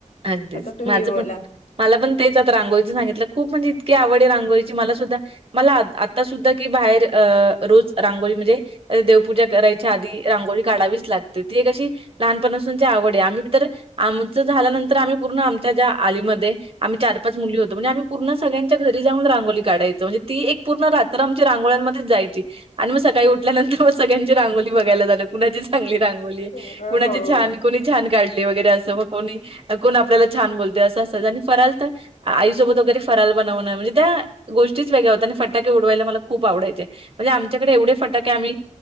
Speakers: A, on the right; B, on the left.
A: अगदीच.
B: आता तुम्ही
A: माझं
B: बोला
A: पण मला पण तेच आता रांगोळीं सांगितलं खूप म्हणजे इतकी आवड आहे रांगोळीची मला सुद्धा मला आता सुद्धा की बाहेर अ रोज रांगोळी म्हणजे देवपूजा करायच्या आधी रांगोळी काढावीच लागते ती एक अशी लहानपणाासूनची आवड आहे आम्ही आमच झाल्यानंतर आम्ही पूर्ण आमच्या्या आलीमध्ये आम्ही चार पाच मुली होतो म्हणजे आम्ही पूर्ण सगळ्यांच्या घरी जाऊन रांगोली काढायं म्हणजे ती एक पूर्ण रात्र आमच्या रांगोळंमध्येच जायची आणि मग सकाळी उठल्यानंतर मग सगळ्यांची रांोली बघाय जा कुणाची चांगली रांगोली
B: हो
A: कुणाची छान कोणी छान काढली वगैरे असं मग कोणी कोण आपल्याला छान बोलत असं असतच आणि फराल तर आईसोबत वगैरे फराल बनवणं म्हणजे त्या गोष्टीच वेगळ्या होत्या आणि फटाके उडवायला मला खूप आवडाचे म्हणजे आमच्याकडे एवढे फटा क आम्ही